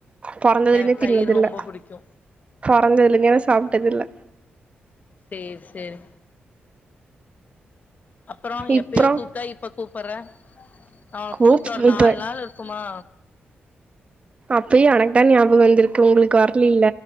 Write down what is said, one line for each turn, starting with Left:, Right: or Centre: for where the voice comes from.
Right: பொறந்ததுலேந்தே
Left: எனக்கு
Right: தின்னதில்ல
Left: தயிர் ரொம்ப புடிக்கு
Right: பொறந்ததுலேந்தே நா சாப்ட்டதில்ல
Left: சேரி சேரி அப்பறோ
Right: இப்றோ
Left: எப்பயோ கூப்ட்டா இப்ப கூப்புர்ற அவ
Right: கூப்
Left: கூப்ட்டு ஒரு
Right: இப்ப
Left: நால் நாள் இருக்குமா
Right: அப்பயே எனக்குதா ஞாபகொ வந்துருக்கு உங்களுக்கு வர்லி